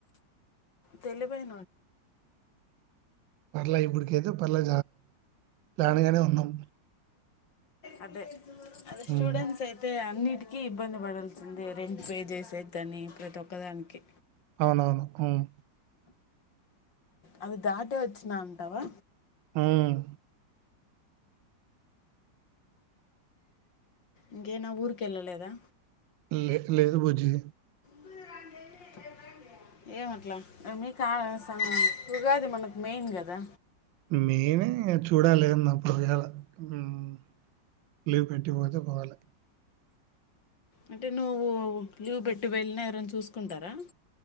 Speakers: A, on the left (about 90°); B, on the right (about 85°).
A: టెలివే <inaudible>
B: పర్లే ఇప్పుడికైయితే పర్లే ప్లాన్ గానే ఉన్నాం
A: అదే అదే స్టూడెంట్స్
B: ఉమ్.
A: అయితే అన్ని ఇటికి ఇబ్బంది పడాల్సింద రెంట్ పే చేసేకి కానీ ప్రతి ఒక్కదానికి
B: అవునవును ఉమ్.
A: అది దాటే వచ్చినా అంటావా
B: ఉమ్
A: ఇకే నా ఊర్కెళ్ళలేదా
B: లే లేదు బుజ్జి
A: బరానే ఏమట్లా మీ కాలస ఉగాది మనకు మెయిన్ కదా
B: మెయినే చూడాలాలిదన్న <inaudible> లీవ్ పెట్టిపోతే పోవాలి
A: అంటే నువ్వు లీవ్ పెట్టి వెళ్ళినా ఎవరైనా చూసుకుంటారా